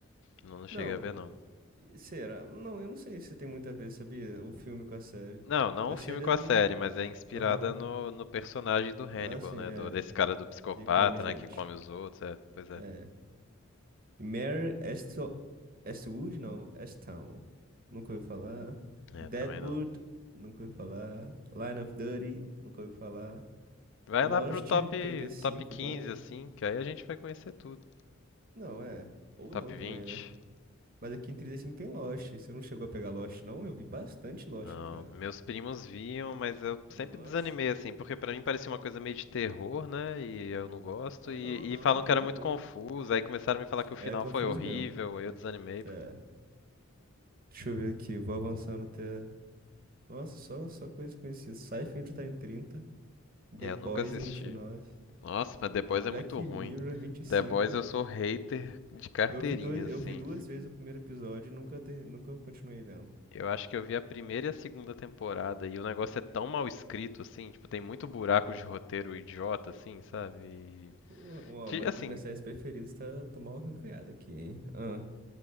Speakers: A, on the left; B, on the right.
A: não, não cheguei
B: Não.
A: a ver, não.
B: E Será? Não, eu não sei se tem muito a ver, sabia? O filme com a série.
A: Não, não
B: A
A: um filme
B: série
A: com
B: é
A: a
B: do.
A: série, mas é inspirada
B: Aham.
A: no, no personagem do Hannibal,
B: Ah, sim,
A: né?
B: é.
A: Do, desse cara do psicopata,
B: Que come gente.
A: né? Que come os outros. É, pois é.
B: É. Mare Esto... Eastwood, não. Easttown. Nunca ouvi falar.
A: É,
B: Deadwood,
A: também não.
B: nunca ouvi falar. Line of Duty, nunca ouvi falar.
A: Vai
B: Lost
A: lá pro top,
B: trinta e cinco
A: top 15
B: bom.
A: assim, que aí a gente vai conhecer tudo.
B: Não, é. Ou
A: Top
B: não
A: 20?
B: também, né? Mas aqui em 35 tem Lost. Você não chegou a pegar Lost, não? Eu vi bastante Lost,
A: Não.
B: hein, cara.
A: Meus primos viam, mas eu
B: Nossa.
A: sempre desanimei, assim, porque pra mim parecia uma coisa meio de terror, né? E eu não gosto.
B: Ah,
A: E,
B: não, não,
A: e falam que
B: nem
A: era
B: um
A: muito
B: pouco.
A: confuso. Aí começaram a me falar que o final
B: É confuso
A: foi horrível.
B: mesmo.
A: Aí eu desanimei.
B: É. Deixa eu ver aqui, vou avançando até. Nossa, só, só coisas conhecidas. Seinfeld tá em 30, The
A: É, eu
B: Boys
A: nunca assisti.
B: em vinte e nove,
A: Nossa, mas The Boys
B: Black
A: é muito ruim.
B: Mirror vinte e cinco.
A: The Boys eu sou hater de carteirinha,
B: Eu vi dois,
A: assim.
B: eu vi duas vezes o primeiro episódio e nunca, ter, nunca continuei vendo.
A: Eu acho que eu vi a primeira e a segunda temporada e o negócio é tão mal escrito, assim, tipo, tem muito buraco de roteiro idiota, assim, sabe? E,
B: Pô, uma
A: que,
B: uma
A: assim,
B: das minhas séries preferidas tá, tá mal ranqueada aqui, hein? Ah,